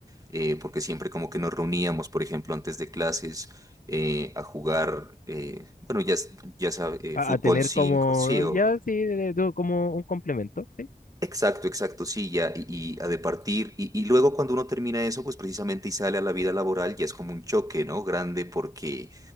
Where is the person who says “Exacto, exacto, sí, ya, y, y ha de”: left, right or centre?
Right